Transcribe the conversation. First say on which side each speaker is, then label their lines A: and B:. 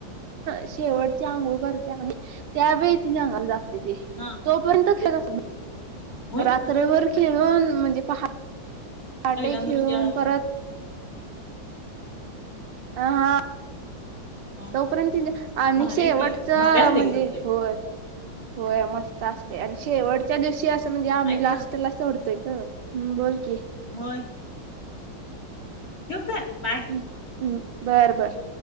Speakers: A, on the right; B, on the left.
A: शेवटचे आंघोळ करते आणि त्यावेळी तिज्या अंगाला जात ते
B: हा
A: तो तो पर्यंत खेळत
B: होय
A: रात्रभर
B: काय
A: खेळून म्हणजे पहाट
B: पहिल्यांदा
A: ठे घेळून
B: म्हणजे हा
A: परत हं हा तोपर्यंत
B: हा भारी
A: शेवटचं
B: आहे की भारी असते
A: म्हणजे
B: की तुमच्या इथ
A: हो होय मस्त असते आणि शेवटच्या दिवशी असं म्हणजे आम्ही
B: ऐक
A: लास्टला
B: ना
A: सोडतोय का हम्म बोल की?
B: मय ठेव का बाय
A: हम्म बरं बर